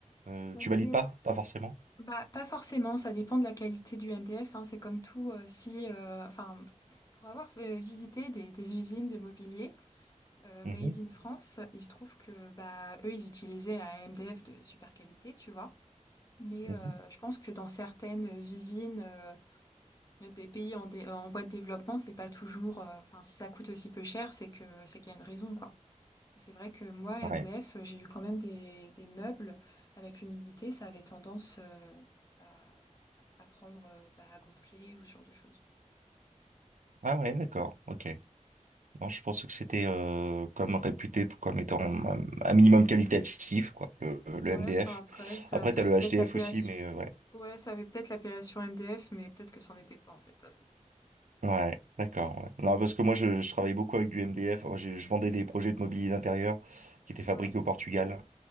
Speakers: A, on the right; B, on the left.
A: Euh,
B: D
A: tu valides pas?
B: F.
A: Pas forcément.
B: Bah, pas forcément, ça dépend de la qualité du MDF, hein, c'est comme tout, euh, si, euh, enfin, pour avoir euh, visité des, des usines de mobilier euh,
A: Mhm,
B: made in France, il se trouve que bah, eux, ils utilisaient un MDF de super qualité, tu vois. Mais
A: mhm.
B: euh, je pense que dans certaines usines euh, des pays en, dé- en voie de développement, c'est pas toujours, euh, enfin, si ça coûte aussi peu cher, c'est que c'est qu'il y a une raison, quoi. Et C'est vrai que moi, à
A: Ouais.
B: MDF, euh, j'ai eu quand même des, des meubles avec l'humidité, ça avait tendance euh, à, à prendre, euh, bah, à gonfler ou ce genre de choses.
A: Ah ouais, d'accord, ok. Non, je pensais que c'était euh, comme réputé pour- comme étant un, un minimum qualitatif, quoi, le, le
B: Ouais,
A: MDF.
B: enfin après, ça,
A: Après,
B: ça
A: t'as
B: avait
A: le
B: peut-être
A: HDF
B: l'appellation.
A: aussi, mais euh, ouais.
B: Ouais, ça avait peut-être l'appellation MDF, mais peut-être que c'en était pas en fait.
A: Ouais, d'accord. ouais. Non, parce que moi, je, je travaillais beaucoup avec du MDF. Moi, j'ai- je, vendais des projets de mobilier d'intérieur qui étaient fabriqués
B: Ouais.
A: au Portugal.